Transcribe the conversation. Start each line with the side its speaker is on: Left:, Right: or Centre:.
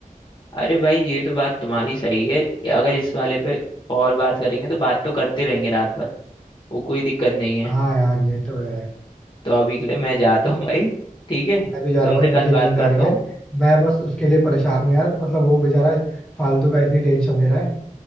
Left: अरे भाई ये तो बात तुम्हारी सही है कि अगर इस वाले पे और बात करेंगे तो बात तो करते रहेंगे रात भर वो कोई दिक्कत नहीं है
Centre: हाँ यार ये तो है
Left: तो अभी के लिए मैं जाता हूँ भाई ठीक है
Centre: मैं भी जा
Left: तुमसे
Centre: रहा हूँ भाई मुझे
Left: कल बात
Centre: नींद
Left: करता
Centre: आ रही है
Left: हूँ
Centre: मैं बस उसके लिए परेशान हूँ यार मतलब वो बेचारा फालतू का इतनी टेंशन ले रहा है